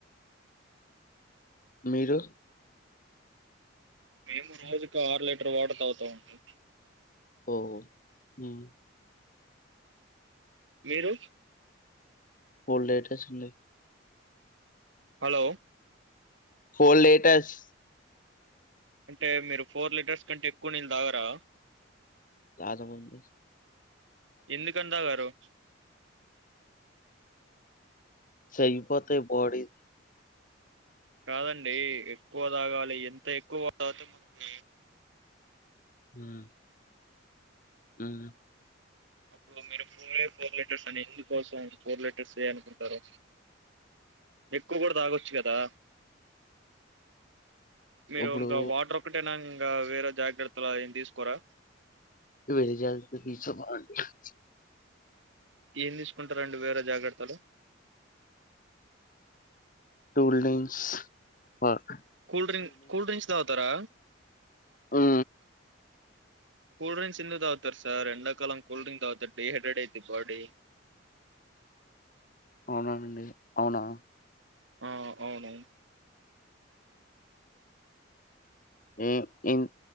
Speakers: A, on the left; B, on the right.
A: మీరు
B: మేము రోజుకు ఆరు లీటర్ తావుతామండి
A: ఓహో ఉం
B: మీరు
A: ఫోర్ లిటర్స్ అండి
B: హలో
A: ఫోల్ లేటస్
B: అంటే మీరు ఫోర్ లీటర్స్ కంటే ఎక్కువ నీళ్లు తాగరా
A: తాగ మండి
B: ఎందుకన్ తాగారు
A: సైపోతే బాడీ
B: కాదండి ఎక్కువ తాగాలి ఎంత ఎక్కువ తాతే మనకు
A: ఉం ఆహ్
B: అప్పుడు మీరు ఫోరే ఫోర్ లీటర్స్ అని ఎందుకోసారి ఫోర్ లెటర్స్ ఏ అనుకుంటారు ఎక్కువ కూడా తాగొచ్చు కదా మీరు
A: ఇప్పుడు
B: ఇంకా వాటర్ ఒకటేనా ఇంకా వేరే జాగ్రత్తలు ఏం తీసుకోరా
A: వేరే జాగ్రత్తలు తీసు <unintelligible>
B: ఏం తీసుకుంటారండి వేరే జాగ్రత్తలు
A: cool drinks far
B: cool drink cool drinks దాగుతారా
A: హు
B: కూల్ డ్రింక్స్ ఎందుకు తాగుతారు సార్ ఎండాకాలం కూల్ డ్రింక్ తాగుతారు డిహైడ్రేట్ అయితది బాడీ
A: అవునానండి అవునా
B: ఆ అవునవును
A: హ్మ్ హ్మ్